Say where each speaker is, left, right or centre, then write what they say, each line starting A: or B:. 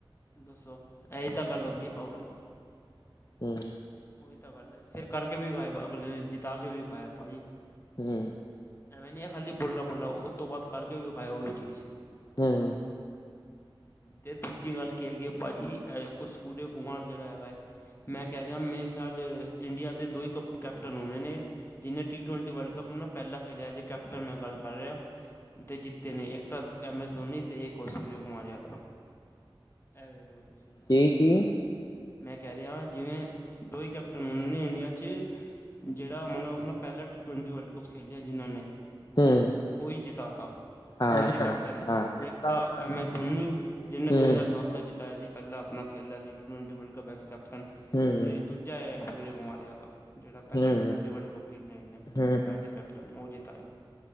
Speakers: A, on the left; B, on the left.
A: ਦੱਸੋ, ਐਈ ਤਾਂ ਗੱਲ ਹੁੰਦੀ ਏ ਪਾਵਰ ਦੀ
B: ਹੂੰ।
A: ਓਈ ਤਾਂ ਗੱਲ ਏ, ਫਿਰ ਕਰਕੇ ਵੀ ਵਿਖਾਇਆ ਅਗਲੇ ਨੇ ਜਿੱਤਾ ਕੇ ਵੀ ਵਿਖਾਇਆ ਪਾਜੀ
B: ਹੂੰ।
A: ਐਵੇਂ ਨੀ ਐ ਖਾਲੀ ਬੋਲਣਾ-ਬੋਲਣਾ ਉਸ ਤੋਂ ਬਾਅਦ ਕਰਕੇ ਵੀ ਵਿਖਾਇਆ ਓਹੀ ਚੀਜ਼
B: ਹਾਂ
A: ਤੇ ਦੂਜੀ ਗੱਲ ਕੀ ਹੈਗੀ ਪਾਜੀ, ਐ ਸੂਰਯ ਕੁਮਾਰ ਜੇੜਾ ਹੈਗਾ ਐ ਮੈਂ ਕੈ ਰਿਹਾ, ਮੇਰੇ ਖਿਆਲ ਇੰਡੀਆ ਦੇ ਦੋ ਈ ਕੈਪਟਨ ਹੋਣੇ ਨੇ ਜਿਨੇ ਟੀ-ਟਵੈਂਟੀ ਵਰਲਡ ਕੱਪ ਨਾ ਪੈਂਲਾ ਖੇਲਿਆ ਐਜ਼ ਏ ਕੈਪਟਨ ਮੈਂ ਗੱਲ ਕਰ ਰਿਹਾ ਤੇ ਜਿੱਤੇ ਨੇ ਇੱਕ ਤਾਂ ਐਮ ਐਸ ਧੋਨੀ ਤੇ ਇੱਕ ਓ ਸੂਰਓ- ਕੁਮਨ ਯਾਥਰਾ ਐ ਵੇਖ ਲੋ ਤੁਸੀਂ
B: ਕੀ ਕੀ
A: ਮੈਂ ਕੈ ਰੇਆ ਜਿਵੇ ਦੋ ਈ ਕੇਪਟਨ ਹੋਣੇ ਨੇ ਇੰਡੀਆ ਚ ਜੇੜਾ ਮਤਲਬ ਅਪਨਾ ਪੈਲਾ ਟੀ-ਟਵੰਟੀ ਵਰਲਡ- ਕੱਪ ਖੇਲੇਆ ਜਿਨ੍ਹਾਂ ਨੇ
B: ਹੂੰ
A: ਓਹੀ ਜਿਤਾ ਤਾ,
B: ਹਾਂ
A: ਐਜ ਏ ਕੈਪਟਨ
B: ਹਾਂ ਹਾਂ ਹੂੰ
A: ਇੱਕ ਤਾਂ ਐਮ ਐਸ ਧੋਨੀ ਜਿਨੇ
B: ਹੂੰ
A: ਦੋ ਹਜ਼ਾਰ ਸਤ ਦਾ ਜਿਤਾਆ ਸੀ, ਪੈਲਾਂ ਆਪਣਾ ਖੇਲਾ ਸੀ ਟੀ ਟਵੈਂਟੀ ਵਰਲਡ ਕਪ ਬੈਸ ਕਪ
B: ਹੂੰ
A: ਤੇ ਦੂਜਾ ਹੈ ਸੂਰਯਾ ਕੁਮਾਰ ਯਾਦਵ ਜੇੜਾ ਪੈਲਾ
B: ਹੂੰ
A: ਟਵੈਂਟੀ ਵਰਲਡ ਕਪ ਖੇਡੇ ਹੋਏ ਨੇ
B: ਹੂੰ
A: ਐਜ਼ ਏ ਕੈਪਟਨ, ਓ ਜਿਤਾਯਾ